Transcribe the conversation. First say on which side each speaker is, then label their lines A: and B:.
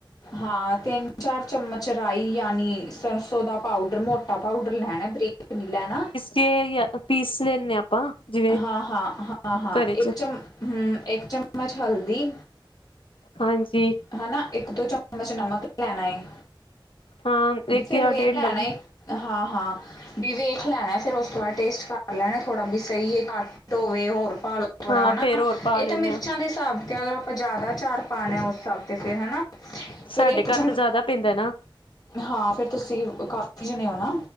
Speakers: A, on the left; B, on the left.
A: ਹਾਂ ਤੇੱਨ-ਚਾਰ ਚਮਚ ਰਾਈ ਯਾਨੀ, ਸਰਸੋਂ ਦਾ ਪਾਊਡਰ ਮੋ ਟਾ ਪਾਊਡਰ ਲੈਣਾ ਬਰੀਕ ਨੀ ਲੈਣਾ
B: ਜੇ ਏਐ ਪੀਸ ਲੈਨੇ ਆ ਆਪਾਂ ਜਿਵੇਂ
A: ਹਾਂ, ਹਾਂ, ਹਾਂ, ਹਾਂ
B: ਘਰੇ ਚ
A: ਏਕ ਚਮ ਹੂੰ, ਏਕ ਚੱਮਚ ਹਲਦੀ
B: ਹਾਂਜੀ।
A: ਹਨਾ ਏਕ-ਦੋ ਚਮਚ ਨਮਕ ਲੈਨਾ, ਏ
B: ਹਾਂ ਇੱਕ
A: ਫੇਰ
B: ਜਾਂ
A: ਵੇਖ
B: ਡੇਢ
A: ਲੈਨਾ ਏ ਹਾਂ-ਹਾਂ, ਬੀ ਵੇਖ ਲੈਣੈ ਫੇਰ ਓਸ ਤੋਂ ਬਾਦ ਟੇਸਟ ਕਰ ਲੈਣੈ ਥੋੜਾ ਬਿ ਸਈ ਏ ਘਾੱਟ ਹੋਵੇ ਹੋਰ ਪਾਲੋ਼ ਥੋੜਾ
B: ਹਾਂ
A: ਹਨਾ,
B: ਫੇਰ ਹੋਰ ਪਾ
A: ਏ
B: ਲੈਂਦੇ
A: ਤਾਂ ਮਿਰਚਾਂ
B: ਹਾਂ
A: ਦੇ ਸ੍ਹਾਬ ਤੇ ਆਜਾ ਆਪਾਂ ਜਾਦਾ ਚਾਰ ਪਾਨੈ ਓਸ ਸ੍ਹਾਬ ਤੇ ਫੇਰ ਹਨਾ,
B: ਸਾਡੇ
A: ਫੇਰ ਏਕ
B: ਘਰ
A: ਚਮ
B: ਤਾਂ ਜ਼ਿਆਦਾ ਪੈਂਦਾ ਨਾ
A: ਹਾਂ, ਫੇਰ ਤੁਸੀਂ ਕਾਫੀ ਜਣੇ ਓ ਨਾ,